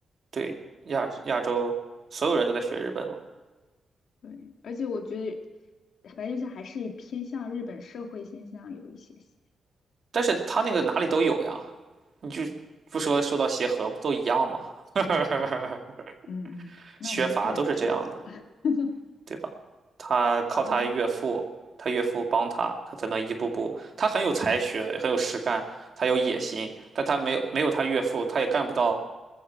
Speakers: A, on the right; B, on the left.
A: 对亚亚洲所有人都在学日本嘛，
B: 对，而且我觉得白内障还是偏向日本社会现象有一些些。
A: 但是他那个哪里都有呀，你就不说说到协和不都一样吗？<laughs>
B: 嗯嗯，那我们就不聊这个，
A: 学法都是这样的。
B: <laughs>
A: 对吧？他靠他岳父，
B: 因为
A: 他岳父帮他，他才能一步步。他很有才学，很有实干，他有野心，但他没有没有他岳父，他也干不到